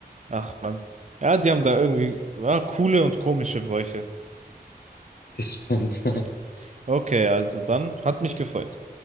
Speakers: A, on the right (about 45°); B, on the left (about 65°).
A: ach Mann. Ja, die haben da irgendwie ja, coole und komische Bräuche.
B: Das stimmt. <laughs>
A: Hm. Okay, also dann hat mich gefreut.